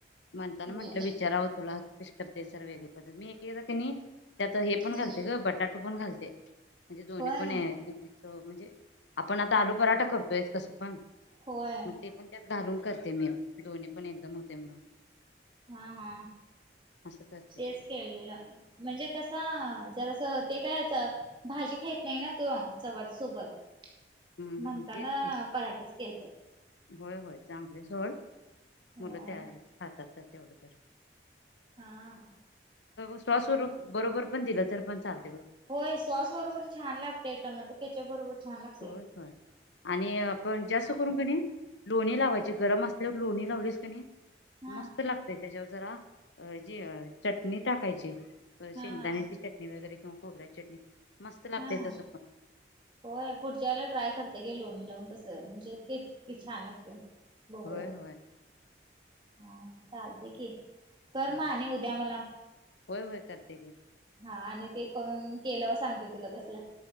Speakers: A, on the left; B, on the right.
A: म्हणताना
B: हो
A: म्हंटलं विचारावं तुला कशी करते ते सर वेगळी मी एकेकदा नाही त्यात हे पण
B: ह
A: घालते ग बटाटा पण घालते म्हणजे दोन्ही
B: होय
A: पण <inaudible> म्हणजे आपण आता आलू पराठा करतोय कसं पण
B: होय
A: मग ते पण त्यात घालून करते मी दोन्ही पण एकदम होते म्हणून
B: हा हा
A: असं करते
B: तेच केळलेलं म्हणजे कस - जरास ते काय याच भाजी खाईत नाही ना तो चपाती सोबत
A: हम्म
B: म्हणताना
A: हम्म तेच ते
B: पराठे च केलत
A: होय होय चांगलेच सोड
B: होय
A: मुलं तयार खातातच तेवढं तर
B: हम्म
A: स्वस्वरूप बरोबर पण दिलं तर पण चालत
B: होय सॉस बरोबर छान लागतय टोमॅटो केच्यप बरोबर छान लागत
A: होय होय आणि आपण जास्त करून काय नाही लोणी लावायची गरम असल्यावर लोणी दवडीस कनि
B: हा
A: मस्त लागते त्याच्यावर जरा जी चटणी टाकायची
B: हा
A: शेंगदाण्याची
B: हा
A: चटणी वगैरे किंवा खोबऱ्या चटणी मस्त लागते
B: हा हा
A: तस पण
B: होय पुढच्या वेळेला ट्राय करते घे लोणी लावून कसं म्हणजे <inaudible> छान लागते बघूया
A: होय होय
B: हा चालते की कर
A: चालेल
B: म आणि उद्या मला
A: होय वय करते घे
B: हा आणि ते करून केल्यावर सांगते तुला कसल